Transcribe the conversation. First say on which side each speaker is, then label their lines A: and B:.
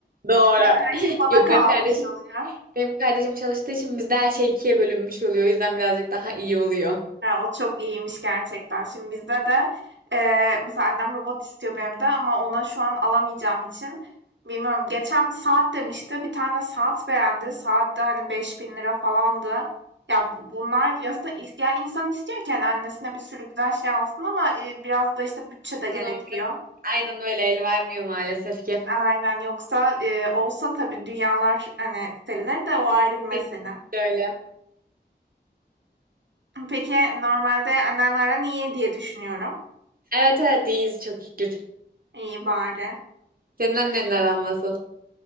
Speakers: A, on the right; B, on the right.
A: doğru.
B: Evet, her şey bana
A: Yok
B: kalmış
A: benim kardeşim
B: oluyor.
A: benim kardeşim çalıştığı için bizde her şey ikiye bölünmüş oluyor. O yüzden birazcık daha iyi oluyor.
B: Ha, o çok iyiymiş gerçekten. Şimdi bizde de eee mesela annem robot istiyor benim de ama ona şu an alamayacağım için bilmiyorum. Geçen bir saat demişti. Bir tane saat beğendi. Saat de hani 5000 lira falandı. Ya bu- bunlar aslında isteyen insan istiyor ki hani annesine bir sürü güzel şey alsın ama e, biraz da işte bütçe
A: Ekonomi
B: de gerekiyor.
A: biraz aynen öyle el vermiyor maalesef ki.
B: Aynen yoksa e, olsa tabii dünyalar hani serilir de o ayrı bir mesele.
A: Kesinlikle öyle.
B: Peki normalde annenlerden iyi diye düşünüyorum.
A: Evet evet iyiyiz çok şükür.
B: İyi bari.
A: Senin annenin aran nasıl?